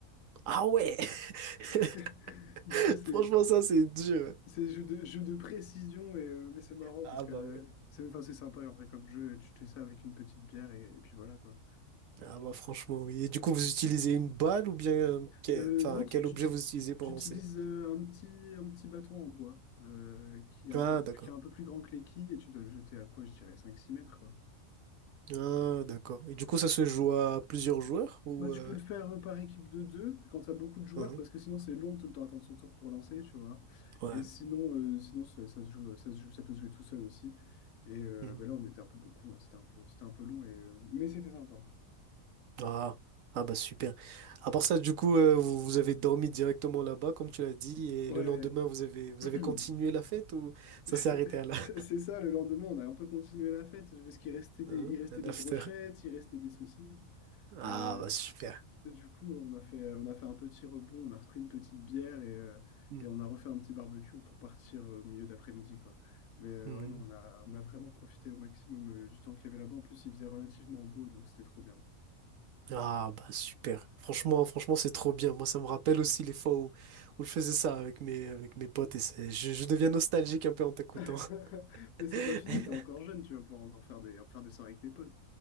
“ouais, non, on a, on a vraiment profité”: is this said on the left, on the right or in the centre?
Left